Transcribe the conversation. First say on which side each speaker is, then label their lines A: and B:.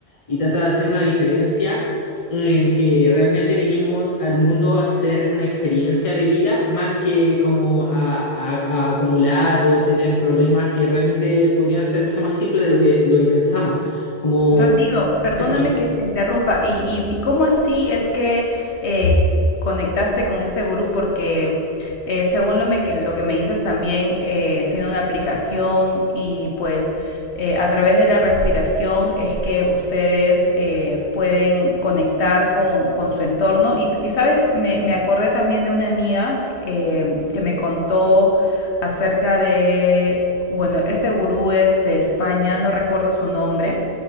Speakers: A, on the left; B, on the left.
A: Y trata de hacer una diferencia en que realmente vinimos al mundo a hacer una experiencia de vida más que como a, a- a acumular o tener problemas que realmente podrían ser mucho más simples de lo que, de lo que pensamos. Como,
B: Rodrigo, perdóname
A: te escucho.
B: que te interrumpa. ¿Y, y- y cómo así es que eh, conectaste con este gurú? Porque eh, según lo, me- que- lo que me dices también, eh, tiene una aplicación y pues eh, a través de la respiración es que ustedes eh, pueden conectar con, con su entorno. Y, y, sabes, me, me acordé también de una amiga eh, que me contó acerca de, bueno, este gurú es de España, no recuerdo su nombre